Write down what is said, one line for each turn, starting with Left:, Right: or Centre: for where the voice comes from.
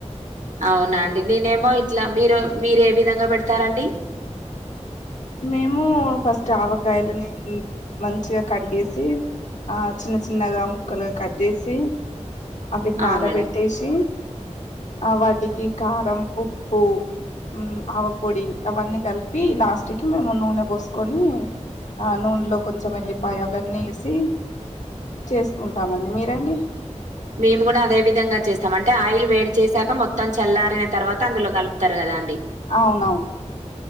Right: అవునా అండి నేనేమో ఇట్లా మీరు మీరు ఏ విధంగా పెడతారండి
Left: మేము ఫస్ట్ ఆవకాయలని మంచిగా కడిగేసి ఆ చిన్న చిన్నగా ముక్కలుగా కట్ చేేసి అవిట్ని
Right: ఆ
Left: ఆరబెట్టేసి
Right: మేడం
Left: ఆ వాటికి కారం ఉప్పు ఉమ్మ్ ఆవపొడి అవన్నీ కలిపి లాస్ట్కి మేము నూనె పోసుకొని ఆ నూనెలో కొంచెం వెల్లిపాయ అవన్నెసి చేసుకుంటామండి మీరండి
Right: మేము కూడా అదే విధంగా చేస్తాం అంటే ఆయిల్ వేడి చేశాక మొత్తం చల్లారిన తర్వాత అందులో కలుపు తారు కదండి
Left: అవునవును